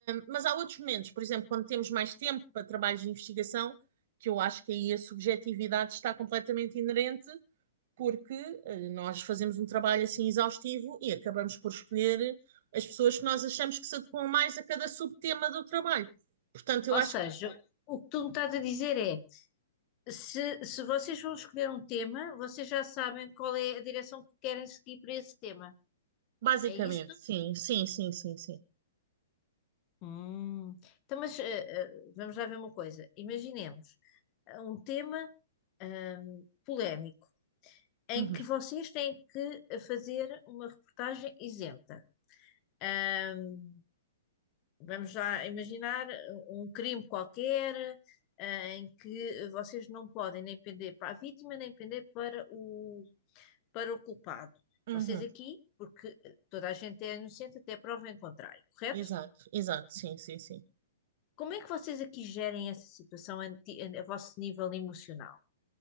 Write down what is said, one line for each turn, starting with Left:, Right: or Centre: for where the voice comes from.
Right: Mas há outros momentos, por exemplo, quando temos mais tempo para trabalhos de investigação, que eu acho que aí a subjetividade está completamente inerente, porque eh, nós fazemos um trabalho assim exaustivo e acabamos por escolher as pessoas que nós achamos que se adequam mais a cada subtema do trabalho. Portanto, eu
Left: Ou
Right: acho
Left: seja,
Right: que
Left: o que tu me estás a dizer é: se, se vocês vão escolher um tema, vocês já sabem qual é a direção que querem seguir para esse tema.
Right: basicamente,
Left: É isso?
Right: sim, sim, sim, sim, sim.
Left: Hum, Então, mas eh, eh, vamos lá ver uma coisa. Imaginemos eh, um tema ahm, polémico em
Right: Uhum,
Left: que vocês têm que fazer uma reportagem isenta. Hum, Vamos já imaginar um crime qualquer, eh, em que vocês não podem nem pender para a vítima, nem pender para o, para o culpado.
Right: uhum.
Left: Vocês aqui, porque eh, toda a gente é inocente até prova em contrário, correto?
Right: Exato, exato, sim, sim, sim.
Left: Como é que vocês aqui gerem essa situação a, ti- a vosso nível emocional?